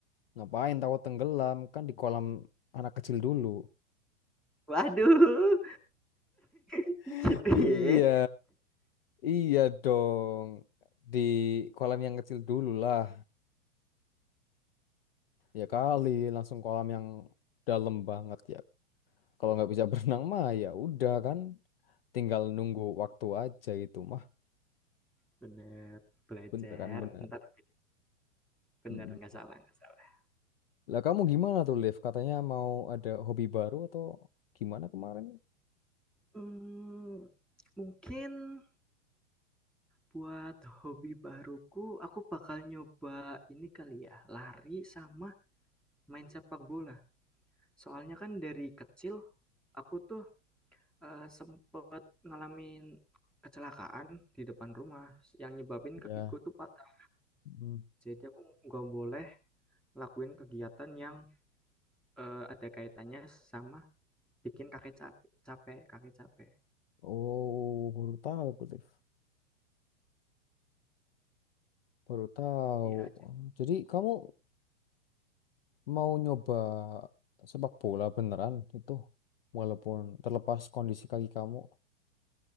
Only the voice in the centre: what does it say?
Waduh, <laughs>
gitu
ya.
bener, belajar,
ntar bener,
nggak salah nggak salah.
Mmm, mungkin buat hobi baruku, aku bakal nyoba ini kali ya, lari sama main sepak bola. Soalnya kan dari kecil, aku tuh Eee, sempet ngalamin kecelakaan di depan rumah yang nyebabin
kakiku tuh patah.
Jadi aku nggak boleh lakuin kegiatan yang, eee, ada kaitannya sama bikin kaki cap capek kaki capek.
Iya, ja